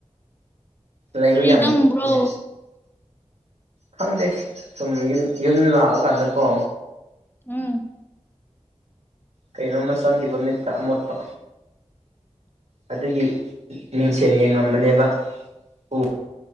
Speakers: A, on the right; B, on the left.
A: ꯂꯩꯕ
B: ꯀꯔꯤ
A: ꯌꯥꯝ
B: ꯆꯪꯕ꯭ꯔꯣ
A: ꯅꯨꯡ <unintelligible> ꯅꯦ ꯈꯪꯗꯦ ꯁꯨꯝ ꯌꯨ ꯌꯨꯝ ꯂꯥꯛꯑꯀꯥꯟꯗꯀꯣ
B: ꯎꯝ
A: ꯀꯩꯅꯣꯝꯃ ꯆꯪꯈꯤꯕ ꯃꯤꯠꯇ ꯑꯃꯣꯠꯄ ꯑꯗꯨꯒꯤ ꯃꯤꯡꯁꯦꯠ ꯌꯦꯡꯉꯝꯕꯅꯦꯕ ꯎ